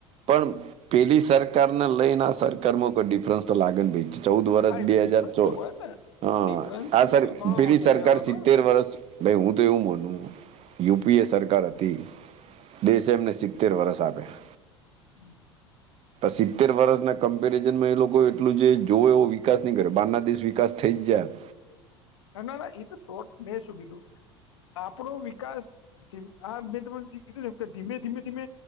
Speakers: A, on the right; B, on the left.
A: પણ પેલી સરકારને લઈને સરકારમાં કોઈ ડિફરન્સ તો લાગે ને ચૌદ વર્ષ
B: હા એ
A: બે
B: તો ડિફરન્સ
A: હજાર ચૌદ
B: તો હોય જ ને
A: હ
B: ડિફરન્સ
A: આ સરકાર
B: તો ઘણો
A: પેલી
B: બધો
A: સરકાર
B: રહેવાનો
A: સિત્તેર
B: ને
A: વર્ષ ભાઈ હું તો એવું મોનું યુ પી એ સરકાર હતી દેશ એમને સિત્તેર વરષ આપ્યા
B: <inaudible>
A: સિત્તેર વર્ષના કમ્પેરિઝનમાં એ લોકો એટલું જે જોવે એવો વિકાસ નહી કરે બહારના દેશ વિકાસ થઈ જ જાય
B: ના ના એ તો સોટ મેં શું કીધું આપણો વિકાસ આ મેં તમને જે કીધું ધીમે ધીમે ધીમે